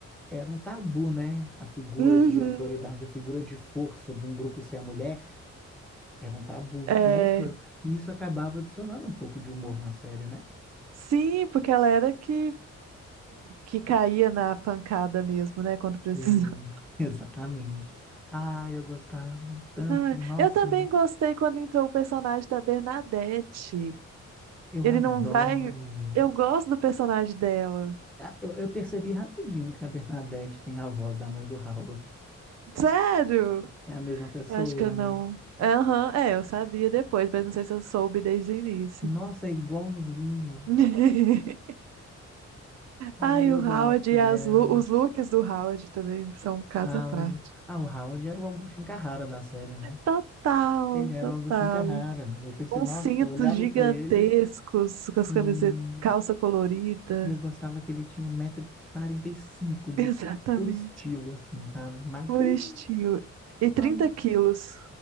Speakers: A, in the centre; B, on the right.
A: era um tabu, né? A figura
B: Uhum.
A: de autoridade, a figura de força de um grupo ser a mulher era um tabu.
B: É...
A: E isso, e isso acabava adicionando um pouco de humor na série, né?
B: Sim, porque ela era que... que caía na pancada mesmo, né? Quando precisava.
A: E,
B: <laughs>
A: <laughs> exatamente. Ah, eu gostava tanto.
B: Ai,
A: Nossa,
B: eu também gostei quando entrou o personagem da Bernadette.
A: eu
B: Ele
A: adoro.
B: não vai. Eu gosto do personagem dela.
A: Ah, Eu, eu percebi rapidinho que a Bernadette tem a voz da mãe do Howard.
B: Sério?
A: É a mesma pessoa,
B: Eu acho que eu não.
A: né?
B: Aham, é, eu sabia depois, mas não sei se eu soube desde o início.
A: Nossa, é igualzinho.
B: <laughs>
A: Ah,
B: Ai,
A: eu
B: o Howard
A: gosto
B: e
A: dela.
B: as lu- os looks do Howard também são um caso
A: Howard.
B: à parte.
A: Ah, o Howard era o Agostinho Carrara da série, né?
B: Total,
A: Ele era
B: total.
A: o Agostinho Carrara. Eu pensei,
B: Uns
A: nossa,
B: cintos
A: eu olhava
B: gigantescos
A: pra ele, sim.
B: com as camisetas, calça colorida.
A: E eu gostava que ele tinha um metro e quarenta e cinco de
B: <laughs> Exatamente.
A: puro estilo, assim, sabe? Magrinho.
B: Por estilo. E 30
A: Ai,
B: quilos.